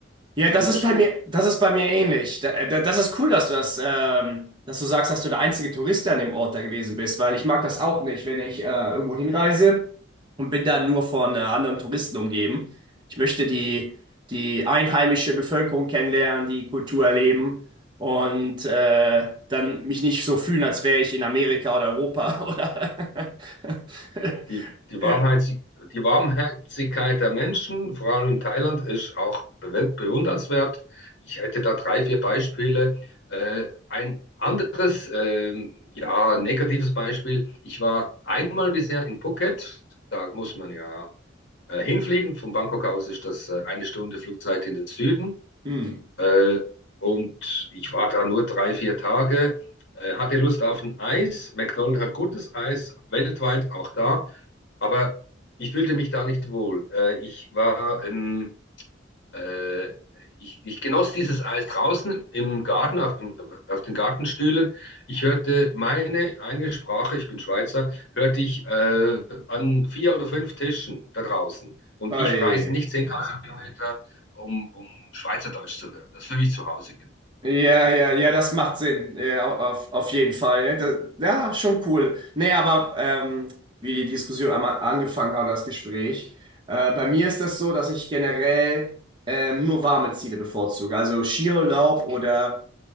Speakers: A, on the right; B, on the left.
A: Ja,
B: das
A: das
B: widerstrebt
A: ist bei mir,
B: mir.
A: das ist bei mir ähnlich. Da, da, das ist cool, dass du das, ähm, dass du sagst, dass du der einzige Tourist an dem Ort da gewesen bist, weil ich mag das auch nicht, wenn ich äh,
B: Ja,
A: irgendwo hinreise und bin dann nur von äh, anderen
B: ja.
A: Touristen umgeben. Ich möchte die, die
B: ja.
A: einheimische Bevölkerung kennenlernen, die Kultur erleben und äh, dann mich nicht so fühlen, als wäre ich in Amerika oder Europa <laughs> oder. <laughs>
B: Die, die
A: Äh,
B: Warmherzig, die Warmherzigkeit der Menschen, vor allem in Thailand, ist auch bewe- bewundernswert. Ich hätte da drei, vier Beispiele. Äh, ein anderes, ähm, ja, negatives Beispiel. Ich war einmal bisher in Phuket. Da muss man ja äh, hinfliegen. Von Bangkok aus ist das äh, eine Stunde Flugzeit in den Süden.
A: Hm.
B: Äh, und ich war da nur drei, vier Tage. Äh, hatte Lust auf ein Eis. McDonald's hat gutes Eis, weltweit auch da. Aber ich fühlte mich da nicht wohl. Äh, ich war, ähm, äh, ich, ich genoss dieses Eis draußen im Garten, auf, im, auf den Gartenstühlen. Ich hörte meine eine Sprache, ich bin Schweizer, hörte ich äh, an vier oder fünf Tischen da draußen. Und
A: Oi.
B: ich reise nicht 10.000 Kilometer, um, um Schweizerdeutsch zu hören. Das höre ich zu Hause genug.
A: Ja, ja, ja, das macht Sinn. Ja, auf, auf jeden Fall. Ja, das, ja, schon cool. Nee, aber ähm, wie die Diskussion einmal angefangen hat, das Gespräch. Äh, bei mir ist das so, dass ich generell ähm, nur warme Ziele bevorzuge. Also Skiurlaub oder